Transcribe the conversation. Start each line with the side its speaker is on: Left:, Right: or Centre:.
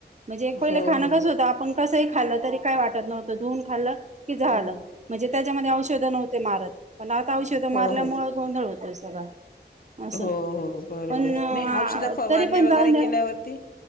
Right: म्हणजे एक पहिलं
Left: हो
Right: खाणं
Left: हो
Right: कसं होतं आपण कसंही खाल्लं तरी काय वाटत नव्हतं, धुऊून खाल्ल की, झालं.
Left: हो हो
Right: म्हणजे त्याच्यामध्ये औषधं नव्हते मारत पण आता औषधं
Left: हो
Right: मारल्यामुळे
Left: हो
Right: गोंधळ होतोय सगळा. असं
Left: हो हो बरोबर,
Right: पण
Left: नाही औषध फवारणी
Right: तरी पण
Left: वगैरे
Right: जाऊन द्या
Left: केल्यावरती